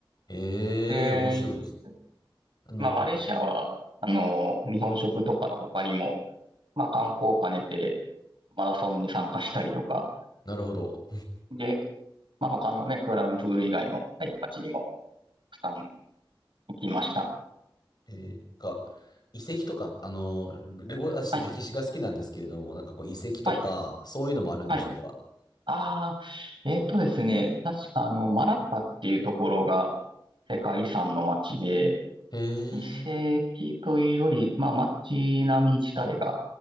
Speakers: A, on the left; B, on the right.
A: えー、
B: で、
A: 面白いです。あの、
B: まあ、マレーシアは、あの、日本食とかの他にも、まあ、観光を兼ねて、マラソンに参加したりとか、
A: なるほど。
B: で、まあ、他のね、クアラルンプール以外の、はい、街にも、たくさん行きました。
A: えー、か、遺跡とか、あの、レゴ、私、
B: はい、
A: 歴史が好きなんですけれども、なんかこう、遺跡とか、
B: はい、
A: そういうのもあるんでしょうか。
B: はい。ああ、えっとですね、確かあの、マラッカっていうところが、世界遺産の街で、
A: え
B: 遺跡というより、
A: ー、
B: まあ街並み自体が